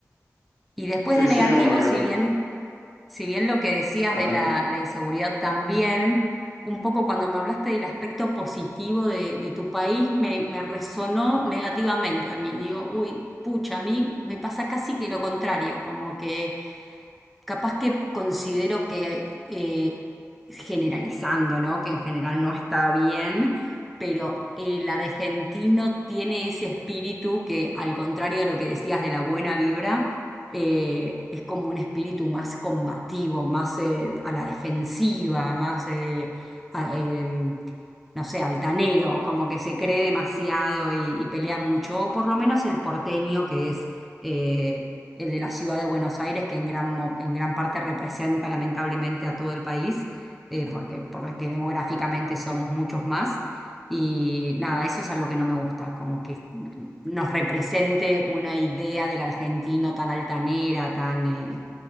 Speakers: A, in the centre; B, on the left.
A: Y después
B: Sí,
A: de negativo,
B: sí, no, me,
A: si
B: me...
A: bien... Si bien lo que decías
B: Ajá.
A: de la, la inseguridad también, un poco cuando me hablaste del aspecto positivo de, de tu país, me, me resonó negativamente a mí. Digo, uy, pucha, a mí me pasa casi que lo contrario, como que Capaz que considero que, eh, generalizando, ¿no? Que en general no está bien, pero el argentino tiene ese espíritu que, al contrario de lo que decías de la buena vibra, eh, es como un espíritu más combativo, más eh, a la defensiva, más, eh, a- em, no sé, altanero, como que se cree demasiado y, y pelea mucho, o por lo menos el porteño que es... eh, el de la ciudad de Buenos Aires, que en gran, mo- en gran parte representa lamentablemente a todo el país, eh, porque, porque demográficamente somos muchos más. Y nada, eso es algo que no me gusta, como que nos represente una idea del argentino tan altanera, tan eh,